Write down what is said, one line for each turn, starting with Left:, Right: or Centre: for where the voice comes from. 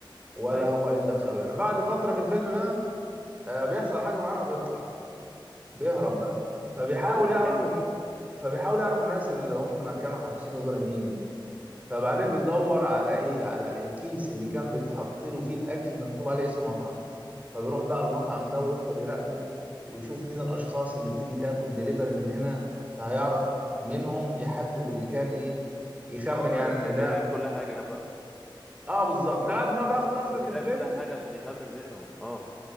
Right: ولا
Centre: أيوه
Right: هو ايه اللي دخله هنا بعد فترة في الفيلم بقى آه، بيحصل حاجة معينة بيطلع بيهرب بقى فبيحاول
Centre: والله
Right: يعرف
Centre: حلو
Right: ان فبيحاول يعرف الناس اللي هم كانوا حابسينه دول مين فبعدين بيدور على ايه على الكيس اللي كان بيتحط له فيه الاكل مكتوب عليه اسم مطعم فبيروح بقى المطعم ده ويفضل يراقبه ويشوف مين الاشخاص اللي بتيجي تاخد ديليفري من هنا فهيعرف منهم يحدد اللي كان ايه يخمن
Centre: اه
Right: يعني
Centre: ده
Right: اه ان
Centre: كان
Right: ده
Centre: بيراقب كل حاجة بقى
Right: اه بالظبط لغايه ما بقى اخت- اخرة
Centre: كان بيراقب
Right: الفيلم
Centre: كل حاجة عشان يخمن منهم اه